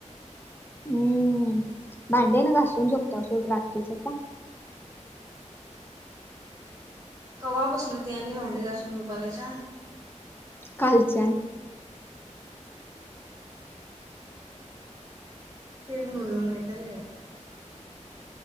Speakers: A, on the left; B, on the right.
A: हम्म! भांडेने घासून झोपत सोड रात्रीच आता.
B: कवा पसन ते आणि भांडी घासून झोपायलासा?
A: कालच्यान.
B: तेच म्हणलो नाही तर